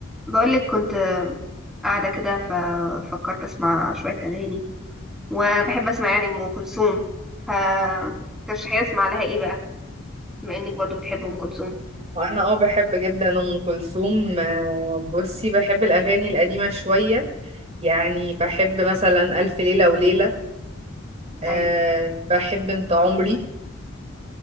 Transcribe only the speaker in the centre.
بقولك كنت قاعدة كده ففكرت أسمع شوية أغاني وأنا بحب أسمع يعني أم كلثوم فترشحي لي أسمع لها إيه بقى بما إنك برضو بتحب أم كلثوم
أيوة